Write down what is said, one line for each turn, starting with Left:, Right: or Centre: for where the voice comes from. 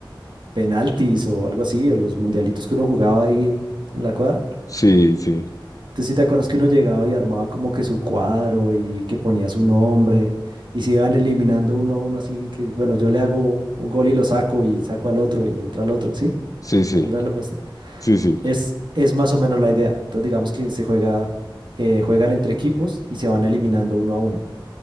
Right: penaltis o algo así, o los mundialitos que uno jugaba ahí en la cuadra?
Left: sí, sí,
Right: ¿Tú sí te acuerdas que uno llegaba y armaba como que su cuadro y que ponía su nombre y se iban eliminando uno a uno así, que bueno, yo le hago un gol y lo saco y saco al otro y entra al otro, ¿sí?
Left: sí, sí,
Right: ¿Alguna vez lo jugaste?
Left: sí, sí.
Right: Es, es más o menos la idea. Entonces, digamos que se juega, eh, juegan entre equipos y se van eliminando uno a uno.